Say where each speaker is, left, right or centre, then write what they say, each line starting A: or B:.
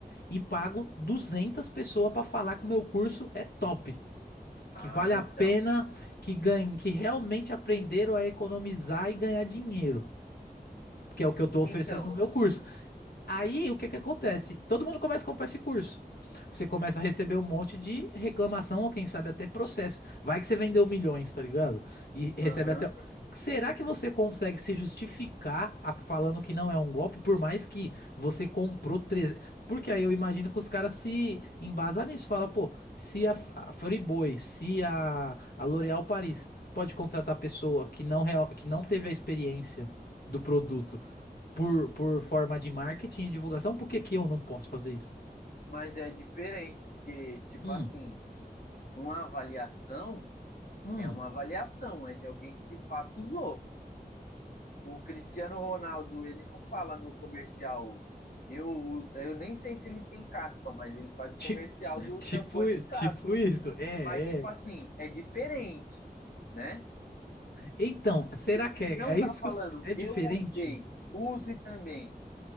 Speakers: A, on the left (about 80°); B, on the left (about 60°).
A: e pago 200 pessoas para falar que o meu curso é top.
B: Ah,
A: Que vale a
B: então.
A: pena, que ganhem, que realmente aprenderam a economizar e ganhar dinheiro. Que é o que eu tô oferecendo
B: Então,
A: no meu curso. Aí o que que acontece? Todo mundo começa a comprar esse curso. Você começa a receber um monte de reclamação, ou quem sabe até processo. Vai que você vendeu milhões, tá ligado? E recebe
B: aham.
A: até. Será que você consegue se justificar a- falando que não é um golpe, por mais que você comprou 300? Porque aí eu imagino que os caras se embasam nisso. Fala, pô, se a, F- a Friboi, se a, a L'Oréal Paris pode contratar pessoa que não, real, que não teve a experiência do produto por, por forma de marketing e divulgação, por que que eu não posso fazer isso?
B: Mas é diferente, porque, tipo
A: Hum,
B: assim, uma avaliação
A: hum.
B: é uma avaliação, é de alguém que de fato usou. o Cristiano Ronaldo, ele não fala no comercial. Eu, eu nem sei se ele tem caspa, mas ele faz o
A: Tipo,
B: comercial
A: <laughs>
B: do
A: tipo,
B: shampoo anti-caspa.
A: tipo isso. É,
B: Mas, tipo
A: é.
B: assim, é diferente, né?
A: Então, será
B: Porque
A: que
B: ele
A: é,
B: não
A: é isso
B: tá falando,
A: que eu- é diferente?
B: eu usei, use também.